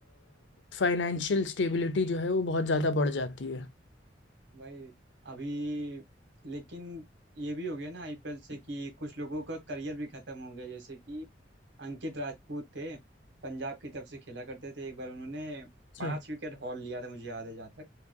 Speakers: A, on the left; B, on the right.
A: फाइनेंशियल स्टेबिलिटी जो है वो बहुत ज़्यादा बढ़ जाती है
B: भाई अभी लेकिन ये भी हो गया ना आईपीएल से कि कुछ लोगों का करियर भी खत्म हो गया जैसे कि अंकित राजपूत थे पंजाब की तरफ से खेला करते थे एक बार उन्होंने
A: अच्छा
B: पांच विकेट हॉल लिया था मुझे याद है जहाँ तक